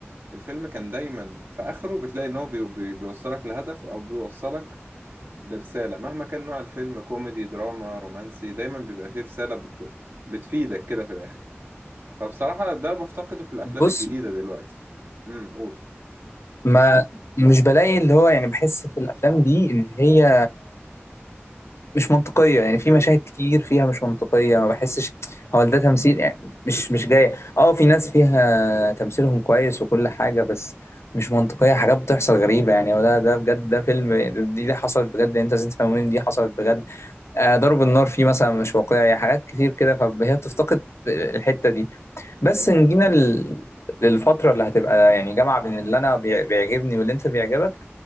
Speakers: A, on the right (about 55°); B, on the left (about 75°).
A: الفيلم كان دايما في اخره بتلاقي ان هو بي بي بيوصلك لهدف او بيوصلك لرسالة مهما كان نوع الفيلم كوميدي دراما رومانسي دايما بيبقى فيه رسالة ب- ب- بتفيدك كده في الاخر فبصراحة ده بفتقده في الافلام
B: بص
A: الجديدة دلوقتي امم قول
B: ما مش بلاقي اللي هو يعني بحس في الافلام دي ان هي مش منطقيه يعني في مشاهد كتير فيها مش منطقيه ما بحسش هو ده تمثيل يعني مش مش جايه اه في ناس فيها تمثيلهم كويس وكل حاجه بس مش منطقيه حاجات بتحصل غريبه يعني وده ده بجد ده فيلم يعني دي, دي حصلت بجد انت لازم تفهموني دي حصلت بجد آه، ضرب النار فيه مثلا مش واقعي حاجات كتير كده فهي بتفتقد الحتة دي بس نجينا ل- للفترة اللي هتبقى يعني جامعة بين اللي أنا بيع- بيعجبني واللي أنت بيعجبك